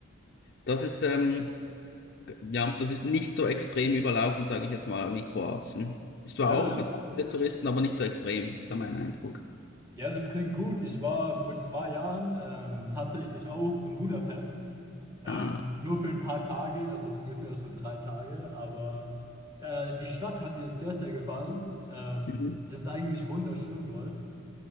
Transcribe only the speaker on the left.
Das ist ähm, ja, das ist nicht so extrem überlaufen, sage ich jetzt mal, wie Kroatien. Es
war auch,
hat auch viele Touristen, aber nicht so extrem, ist da mein Eindruck.
Ah.
Mhm.